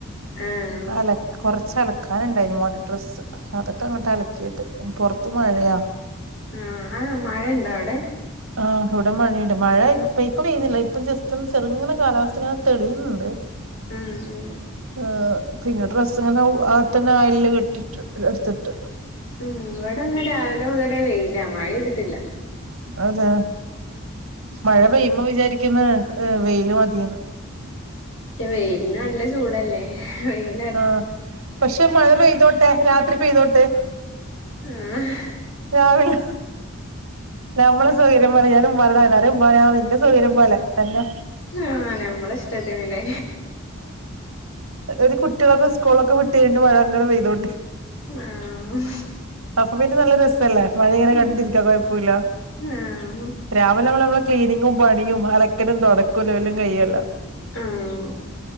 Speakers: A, on the left (about 65°); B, on the right (about 85°).
A: ആഹ്
B: അലക് കൊറ ച്ചലക്കാന്ണ്ടായിന് മോന്റെ ഡ്രസ്സ് അതൊക്കങ്ങട്ട് അലക്കീട്ട് പൊറത്ത് മഴയാ
A: ആഹ് അന് മഴണ്ടോ അവ്ടെ
B: ആഹ് ഹു വ്ടെ മഴേണ്ട് മഴ ഇപ് ഇപ്പ പെയ്യ്ന്നില്ല ഇപ്പം ജസ്റ്റ് ചെറ്ങ്ങനെ കാലാവസ്ഥങ്ങനെ തെളിയ്ന്ന്ണ്ട്
A: ആഹ് ആഹ്
B: ഏഹ് പിന്നെ ഡ്രസ്സ് ങ്ങനെ ഔവ് അകത്തെന്നെ അയൽല് കെട്ടിട്ട് എട്ത്ത്ട്ട്
A: ഉം ഇവടന്ന് രാവിലെ മുതലേ വെയിലാ മഴെയ്തിട്ടില്ല
B: അതെ മഴ പെയ്യുമ്പോ വിചാരിക്ക്ന്ന് ഈഹ് വെയില് മതീന്ന്
A: ക്ഷെ വെയിൽന് നല്ല ചൂടല്ലേ വെയ്ൽ
B: ആഹ് പക്ഷെ മഴ പെയ്തോട്ടെ രാത്രി പെയ്തോട്ട്
A: ആഹ്
B: രാവിലെ ഞമ്മളെ സൗര്യം പോലെ യ്യാനും മരടായല്ലോ അത് ഇമ്മറിം നിന്റെ സൗര്യം പോലെ തന്നെ
A: ആഹ് ഞമ്മളെ ഇഷ്ടത്തിന് ലെ
B: ഒര് കുട്ട്യാളൊക്കെ സ്കൂളെക്കെ വിട്ട് കഴിഞ്ഞിട്ട് മഴ അങ്ങനെ പെയ്തോട്ടി
A: ആഹ്
B: അപ്പൊ പിന്നെ നല്ല രസല്ലേ മഴ ഇങ്ങനെ
A: ഉം
B: കണ്ടിരിക്ക കൊഴപ്പൂല്ല
A: ആഹ്
B: രാവിലവളെവളെ ക്ലീനിങ്ങും പണിയും അലക്കലും തൊടക്കുലും എല്ലും കയ്യല്ലോ
A: മ്